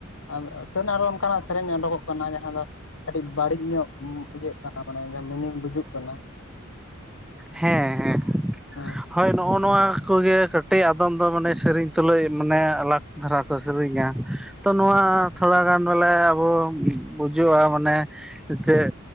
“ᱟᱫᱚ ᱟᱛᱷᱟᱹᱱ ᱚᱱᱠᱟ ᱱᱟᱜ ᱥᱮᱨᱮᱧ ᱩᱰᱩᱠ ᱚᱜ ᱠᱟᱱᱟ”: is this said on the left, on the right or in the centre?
Left